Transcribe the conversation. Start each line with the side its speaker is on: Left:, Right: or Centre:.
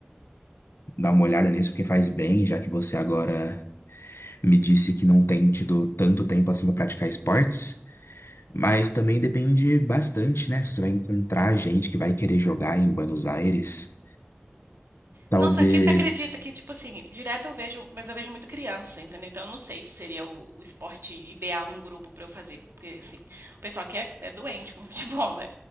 Left: dar uma olhada nisso, porque faz bem, já que você agora me disse que não tem tido tanto tempo assim pra praticar esportes. Mas também depende bastante, né? Se você vai encontrar gente que vai querer jogar em Buenos Aires, talvez.
Right: Nossa, aqui você acredita que, tipo assim, direto eu vejo, mas eu vejo muito criança, entendeu? Então eu não sei se seria o, o esporte ideal em grupo pra eu fazer. Porque, assim, o pessoal aqui é, é doente com <laughs> futebol, né?